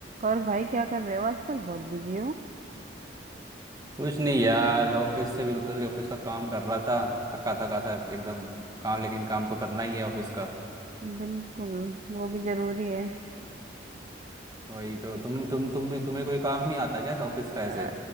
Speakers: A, on the right; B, on the right.
A: और भाई क्या कर रहे हो आजकल बहुत बिजी हो
B: कुछ नहीं यार ऑफिस से बिल्कुल ऑफिस का काम कर रहा था थका थका सा एकदम काम लेकिन काम तो करना ही है ऑफिस का
A: बिल्कुल वो भी जरूरी है
B: वही तो तुम तुम तुम भी तुम्हें कोई काम नहीं आता क्या ऑफिस का
A: अ-
B: ऐसे